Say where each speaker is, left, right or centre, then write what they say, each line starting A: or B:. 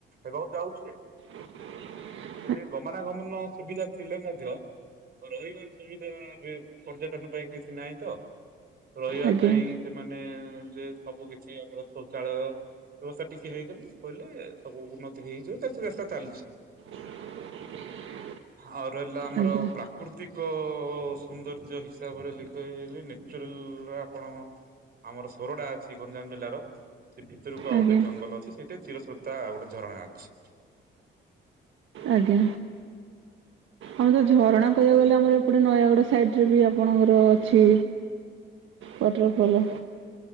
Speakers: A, on the right; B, on the right.
A: ହେବାକୁ ଯାଉଛି ଆଉ।
B: <unintelligible>
A: ରେ ଗମାନଗମନ ସୁବିଧା ଥିଲେ ମଧ୍ୟ ରହିବାର ସୁବିଧା ବେ ପର୍ଯ୍ୟଟକ ପାଇଁ କିଛି ନାହିଁତ। ରହିବା
B: ଆଜ୍ଞା
A: ପାଇଁ ସେମାନେ ଯେ ସବୁ କିଛି ଆମର ଶୌଚାଳୟ ବ୍ୟବସ୍ଥା ଟିକେ ହେଇଗଲେ କହିଲେ ସବୁ ଉନ୍ନତି ହେଇଯିବ ସେ ଚେଷ୍ଟା ଚାଲିଛି।
B: <unintelligible>
A: ଆଉ ରହିଲା ଆମର
B: ଆଜ୍ଞା
A: ପ୍ରା ପ୍ରାକୃତିକ ସୌନ୍ଦର୍ଯ୍ୟ ହିସାବରେ ଲିପ୍ତହେଇଗଲେ ନ୍ୟାଚୁରାଲ ରେ ଆପଣ ଆମରଶ କୋରୋଡା ଅଛି ଗଞ୍ଜାମ ଜିଲ୍ଲାର ସେ ଭିତରକୁ ଆଉ
B: ଆଜ୍ଞା
A: ଗୋଟେ ଜଙ୍ଗଲ ଅଛି। ସେଠି ଚିରଶ୍ରୋତା ଗୋଟେ ଝରଣା ଅଛି।
B: ଆଜ୍ଞା, ଆମର ଝରଣା କହିବାକୁ
A: ଆଉ
B: ଗଲେ ଆମରଏଠି ଗୋଟେ ନୟାଗଡ଼ ସାଇଟ୍ ରେ ବି ଆପଣଙ୍କର ଅଛି ୱାଟରଫଲ୍।